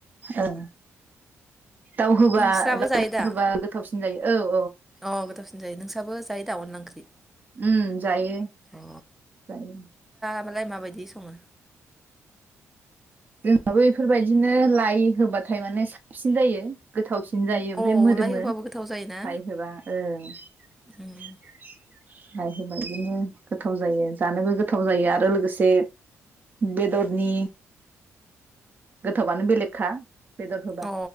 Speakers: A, on the right; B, in the centre.
A: ओ दाउ होबा
B: नोंस्राबो
A: दाउ
B: जायो दा
A: होबा गोथावसिन जायो ओव
B: अ गोथावसिन <unintelligible> साबो जायो दा अनला ओंख्रि
A: उम जायो
B: अ
A: जायो।
B: <unintelligible> माबायदि सङो
A: जोंहाबो यिफोरबायदिनो लाइ होबाथाय माने साबसिन जायो गोथावसिन। <unintelligible> ओमफ्राय
B: अ
A: मोदोमो
B: लाइ होबाबो
A: लाइ
B: गोथाव जायोना
A: होबा औ लाइ
B: उम
A: हाबा बिदिनो गोथाव जायो जानोबो गोथाव जायो आरो लोगोसे बेदरनि गोथावानो बेलेगखा बेदर होबा
B: अ